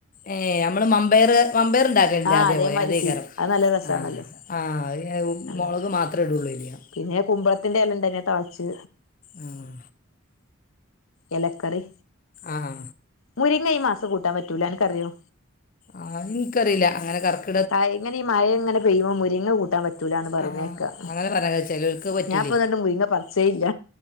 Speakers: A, on the left (about 40°); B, on the left (about 75°).
A: ഏ നമ്മള് മമ്പയറ് മമ്പയർണ്ടാക്ക ണ്ട്
B: ആഹ്
A: അതേപോലെ
B: അതേമാതിരിക്ക്
A: അതയ്ക്കാരം
B: അത് നല്ല രസാണല്ലോ
A: ആഹ് ആ
B: അങ്ങനെ
A: മൊളക് മാത്ര ഇടുള്ളൂ അയ്ല് ഞാൻ
B: പിന്നെ കുമ്പളത്തിന്റെ എലണ്ടയ്നിം അത് താളിച്ച്
A: ആഹ്
B: എലകറി
A: ആണോ
B: മുരിങ്ങ ഈ മാസം കൂട്ടാൻ പറ്റൂല അനക്ക് അറിയുവോ?
A: ആഹ് എനിക്ക് അറിയില്ല അങ്ങനെ കറ
B: താ ഇങ്ങനെ ഈ മഴ ഇങ്ങനെ പെയ്യുമ്പോ മുരിങ്ങ കൂട്ടാൻ പറ്റുല്ലെന്ന് പറയുന്നേ
A: ആ
B: കേൾക്കാം
A: അങ്ങനെ പറഞ്ഞ ചിലർക്ക് പറ്റൂലേ
B: ഞാൻ ഇപ്പം ഇതുകൊണ്ട് മുരിങ്ങ പറിച്ചെയില്ല